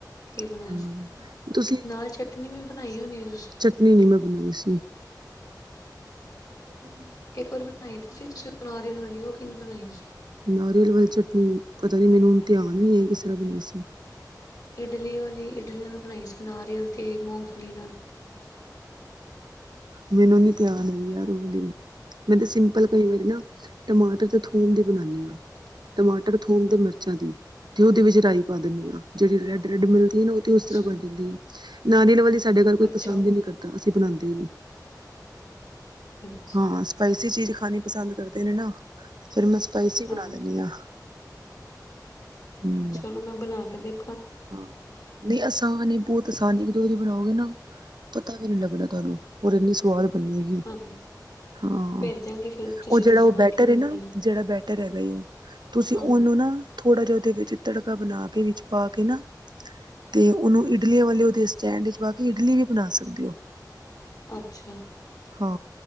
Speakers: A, on the left; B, on the right.
A: ਕੀ ਬਣਾਇਆ
B: ਹਾਂ
A: ਸੀ
B: ਤੁਸੀਂ
A: ਨਾਲ ਚਟਨੀ ਵੀ ਬਣਾਈ ਹੋਣੀ ਹੈ ਤੁਸੀਂ।
B: ਚਟਨੀ ਨਹੀਂ ਮੈਂ ਬਣਾਈ ਸੀ। ਹਮ।
A: ਇੱਕ ਵਾਰੀ ਬਣਾਈ ਤੀ ਸੀ ਤੁਸੀਂ ਨਾਰੀਅਲ ਵਾਲੀ ਉਹ ਕਿੰਜ ਬਣਾਈ ਸੀ।
B: ਨਾਰੀਅਲ ਵਾਲੀ ਚਟਨੀ ਪਤਾ ਨੀ ਮੈਨੂੰ ਹੁਣ ਧਿਆਨ ਨੀ ਹੈ ਕਿਸ ਤਰ੍ਹਾਂ ਬਣਾਈ ਸੀ।
A: ਇਡਲੀ ਵਾਲੀ ਇਡਲੀ ਨਾਲ ਬਣਾਈ ਸੀ ਨਾਰੀਅਲ ਤੇ ਮੂੰਫਲੀ ਨਾਲ।
B: ਮੈਨੂੰ ਨੀ ਧਿਆਨ ਹੈ ਵੀ ਯਾਰ ਉਹ ਦੇ। ਮੈਂ ਤਾਂ ਸਿੰਪਲ ਕਈ ਵਾਰੀ ਨਾ ਟਮਾਟਰ ਤੇ ਥੂਮ ਦੀ ਬਣਾਦੀ ਹਾਂ ਟਮਾਟਰ ਥੂਮ ਤੇ ਮਿਰਚਾਂ ਦੀ ਤੇ ਉਦੇ ਵਿੱਚ ਰਾਈ ਪਾ ਦਿੰਣੀ ਆ ਜਿਹੜੀ ਰੈਡ ਰੈਡ ਮਿਲਦੀ ਹੈ ਨਾ ਉਹ ਤੇ ਉਸ
A: ਅੱਛਾ
B: ਤਰ੍ਹਾਂ ਬਣ ਜਾਂਦੀ ਹੈ ਨਾਰੀਅਲ ਞਾਲੀ ਸਾਡੇ ਘਰ ਕੋਈ
A: ਅੱਛਾ
B: ਪਸੰਦ ਹੀ ਨਹੀਂ ਕਰਦਾ ਅਸੀਂ ਬਣਾਉਦੇ ਹੀ ਨਹੀਂ
A: ਅੱਛਾ
B: ਹਾਂ ਸਪਾਈਸੀ ਚੀਜ਼ ਖਾਣੀ ਪਸੰਦ ਕਰਦੇ ਨੇ ਨਾ ਫੇਰ ਮੈਂ ਸਪਾਈਸੀ
A: ਹਾਂਜੀ
B: ਬਣਾ ਦਿੰਦੀ ਹਾਂ ਹਮ
A: ਚਲੋ ਮੈਂ ਬਣਾ ਕੇ ਦੇਖ
B: ਹਾਂ ਨਹੀਂ ਆਸਾਨ ਬਹੁਤ
A: ਹਾਂਜੀ
B: ਆਸਾਨ ਇੱਕ ਦੋਾ ਞਾਰੀ ਬਣਾਓਗੇ ਨਾ ਪਤਾ ਨੀ ਲੱਗਣਾ ਤੁਹਾਨੂੰ ਇੰਨੀ ਸਵਾਦ ਬਣਨੀ ਹੇਗੀ
A: ਹਾਂਜੀ
B: ਹਾਂ
A: ਭੇਜਾਂਗੀ ਫਿਰ ਤੁਸੀਂ
B: ਉਹ ਜਿਹੜਾ
A: ਦੱਸਣਾ
B: ਉਹ ਬੈਟਰ
A: ਕਿੰਝ
B: ਹੈ ਨਾ
A: ਬਣਿਆ
B: ਜਿਹੜਾ ਬੈਟਰ ਹੈਗਾ ਉਹ। ਤੁਸੀਂ
A: ਹਾਂਜੀ
B: ਉਹਨੂੰ ਨਾ ਥੋੜ੍ਹਾ ਜਿਹਾ ਉਹਦੇ ਵਿੱਚ ਤੜਕਾ ਬਣਾ ਕੇ ਵਿੱਚ ਪਾ ਕੇ ਨਾ। ਤੇ ਉਹਨੂੰ ਇਡਲੀਆਂ ਵਾਲੇ ਉਹਦੇ ਸਟੈਂਡ ਵਿੱਚ ਪਾ ਕੇ ਇਡਲੀ ਵੀ ਬਣਾ ਸਕਦੇ ਹੋ।
A: ਅੱਛਾ
B: ਹਾਂ